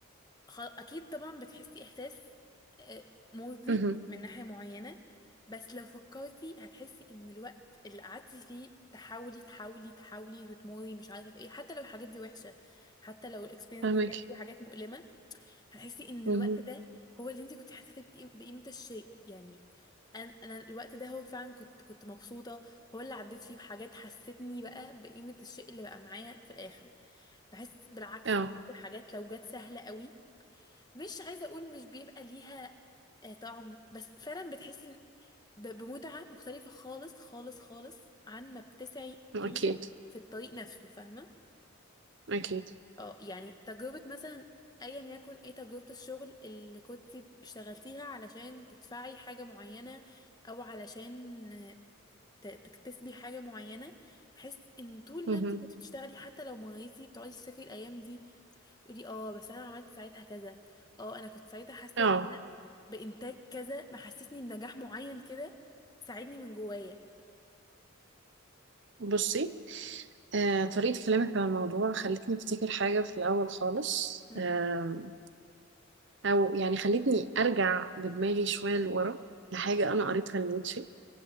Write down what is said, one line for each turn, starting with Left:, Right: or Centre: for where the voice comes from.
Left: خ- اكيد طبعا بتحسي احساس آه، مرضي
Right: اها
Left: من ناحية معينة بس لو فكرتي هتحسي ان الوقت اللي قعدتي فيه تحاولي تحاولي تحاولي وتموري مش عارفة في ايه حتى لو الحاجات دي وحشة حتى لو الاكسبيرينس
Right: فاهمك
Left: دي كانت فيها حاجات مؤلمة هتحسي ان
Right: اها
Left: الوقت ده هو اللي انت كنت حاسة فيه بقيم- بقيمة الشيء يعني انا انا الوقت ده هو فعلا كنت كنت مبسوطة هو اللي عديت فيه بحاجات حستني بقى بقيمة الشيء اللي بقى معايا في الاخر بحس بالعكس
Right: اه
Left: بحس الحاجات لو جت سهلة قوي مش عايزة أقول مش بيبقى ليها آه، طعم بس فعلا بتحسي إن- ب- بمتعة مختلفة خالص خالص خالص عن ما بتسعي ليها
Right: اكيد
Left: في الطريق نفسه فاهمة
Right: اكيد
Left: اه يعني تجربة مثلا ايا يكن ايه تجربة الشغل اللي كنتي اشتغلتيها علشان تدفعي حاجة معينة او علشان آه، ت- تكتسبي حاجة معينة بحس ان طول
Right: اها
Left: ما انتي كنتي بتشتغلي حتى لو مريتي بتقعدي تفتكري الايام دي تقولي اه بس انا عملت ساعتها كذا اه انا كنت ساعتها حاسة
Right: اه
Left: بإنتاج كذا محسسني بنجاح معين كده ساعدني من جوايا
Right: بصي آه، طريقة كلامك عن الموضوع خلتني أفتكر حاجة في الأول خالص
Left: امم
Right: آم، أو يعني خلتني أرجع بدماغي شوية لورا لحاجة أنا قريتها لنيتشه